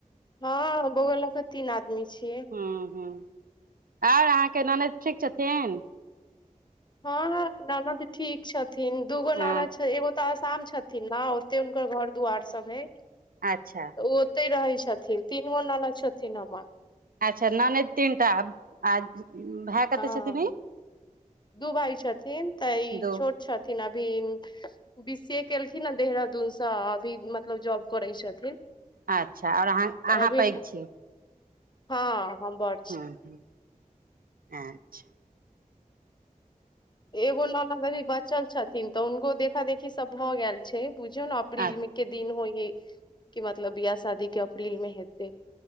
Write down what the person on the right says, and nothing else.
हूँ हूं आर अहाँ के ननैद ठीक छथिन?
हँ
अच्छा।
अच्छा ननैद तीनटा आ? भाय कते
छथिन ई
दू
अच्छा और अहाँ
अहाँ
पैघ छियै?
हं आच्छे।
अच्छा